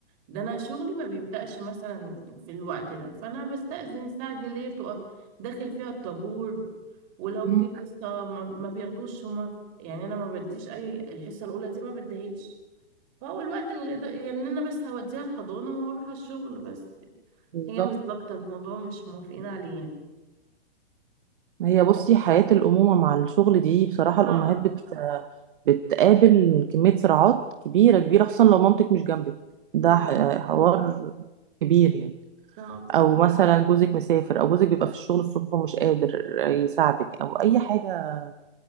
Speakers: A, on the right; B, on the right.
A: ده انا شغلي ما بيبدأش مثلا في الوقت ده فانا بستأذن الساعة دي اللي هي بتبقى داخل فيها الطابور ولو
B: مم.
A: في حصة ما, ما بياخدوش هما يعني انا ما بديش اي الحصة الاولى دي ما بديهاش فهو الوقت اللي ده يعني إن انا بس هوديها الحضانة واروح على الشغل بس
B: بالظبط
A: هي مش ظابطة الموضوع مش موافقين عليه يعني
B: ما هي بصي حياه الامومه مع الشغل دي بصراحه
A: صعبة
B: الامهات بت بتقابل كمية صراعات كبيرة كبيرة خصوصا لو مامتك مش جنبك ده
A: بالظبط
B: ح- حوار كبير يعني
A: صعب
B: أو مثلا جوزك مسافر أو جوزك بيبقى في الشغل الصبح ومش قادر يساعدك أو أي حاجة